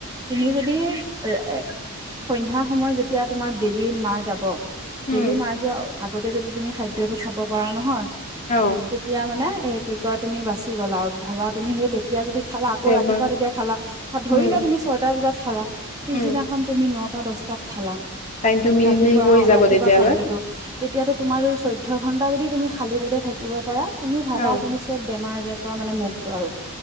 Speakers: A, on the right (about 15°); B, on the left (about 30°).
A: তুমি যদি এ এ। সন্ধ্যা সময়ত যেতিয়া তোমাৰ বেলি মাৰ যাব
B: উম
A: বেলি মাৰ মোৱা অ। আগতে যদি তুমি খাদ্যটো খাব পাৰা নহয়।
B: অ
A: তেতিয়া মানে। এ কি কয় তুমি বাচি গ'লা আৰু ভাবা তুমি সেই তে। এতিয়া যদি খালা আকৌ
B: বেমাৰ
A: ৰাতিপুৱা তেতিয়া যদি খালা আকৌ ৰাতিপুৱা যদি খালা বা ধৰি
B: উম
A: লোৱা তুমি ছয়টা বজাত খালা পিছদিনাখন
B: উম
A: তুমি নট। নটা দচটাত খালা।
B: টাইমটো মিল
A: ৰাতিপুৱা
B: মিল হৈ
A: অ
B: যাব
A: ৰাতিপুৱা
B: তেতিয়ালৈ।
A: খাদ্যটো তেতিয়াতো তোমাৰ চৈধ্য ঘণ্টা যদি তুমি খালী পেটে থাকিব পাৰা। তুমি ভাবা
B: অ
A: তুমি চব বেমাৰত। যে তই মানে মুক্ত আৰু,